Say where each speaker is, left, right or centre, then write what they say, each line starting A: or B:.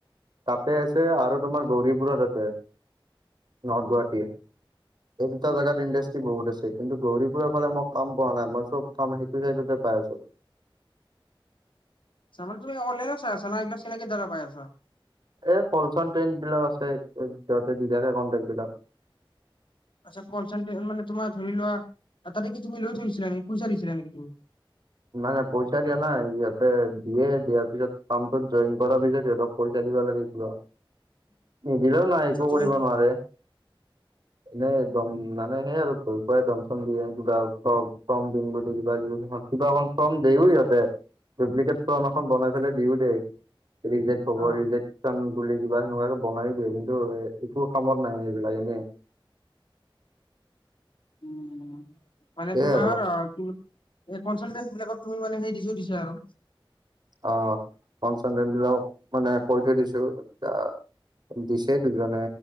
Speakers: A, on the right; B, on the left.
A: তাতে
B: উম।
A: আছে আৰু তোমাৰ গৌৰীপুৰত আছে। নৰ্থ গুৱাহাটী, এই দুটা
B: উম
A: জোগাত ইণ্ডাষ্ট্ৰ- ষ্ট্ৰী বহুত আছে, কিন্তু গৌৰী পুৰৰ ফালে মই কাম পোৱা নাই মই চব কাম সেইটো চাইডতে পাই আছো।
B: ছামাল তুমি অনলাইনত চাই আছা‌ ন, এই চিনাকি দ্বাৰা পাই আছা।
A: এ কলচন ট্ৰেণ্ড বিলাক আছে সিহঁতে দি থাকে কনটেক্ট বিলাক।
B: আচ্ছ কলচন মানে তোমাৰ ধৰি লোৱা তাতে তুমি লৈ থৈছিলা নেকি পইচা দিছিলা নেকি তুমি?
A: নাই নাই পইচা দিয়া নাই ইয়াতে দিয়ে দিয়াৰ পিছত কামটোত জইন কৰা পিছত সিহঁতক- পইচা দিবা লাগে কিবা।
B: <inaudible>
A: নিদিলো নাই
B: আচ্ছা
A: একো
B: তুমি
A: কৰিব নোৱাৰে।
B: <inaudible>
A: এনে দম মানে সেই আৰু খুৱাই দম চম দিয়ে কিবা কম দিন বুলি কিবা কিবি। কিবা এখন ফৰ্ম দিওঁ সিহঁতে ডুপ্লিকেট ফৰ্ম এখন বনাই পেলাই দিওঁ দে ৰিজেকট- খবৰ
B: অ
A: ৰিজেকচন বুলি কিবা সেনেকুৱাকে বনাই দিয়ে কিন্তু একো কামত নাই সেইবিলাক এনেই -
B: উম, মানে
A: সেয়াই
B: তোমাৰ
A: আৰু
B: কি- এই কনচালটেন্ট বিলাকত তুমি মানে সেই দিছো থৈছা আৰু।
A: আহ কনচালটেন্ট মানে কৈ থৈ দিছো এ- দিছে দুজনে